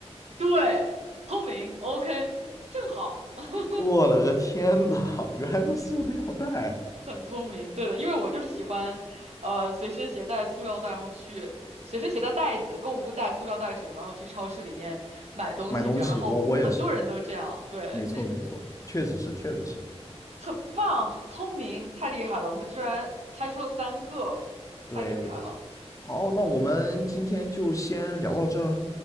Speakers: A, on the right; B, on the left.
A: 对，聪明，OK，正好，<laughs>
B: 我了个天呐，原来是塑料袋。
A: 很聪明，对的，因为我就是喜欢，呃，随身携带塑料袋，然后去随身携带袋子、购物袋、塑料袋什么的，然后去超市里面买东西，
B: 买东西，
A: 这样，然后很多人都这样，
B: 我我也是，
A: 对，
B: 没错没错，确实是确实是。
A: <laughs> 很棒，聪明，太厉害了，我们居然猜出了三个，
B: 对，
A: 太厉害了，
B: 我好，那我们今天就先聊到这儿。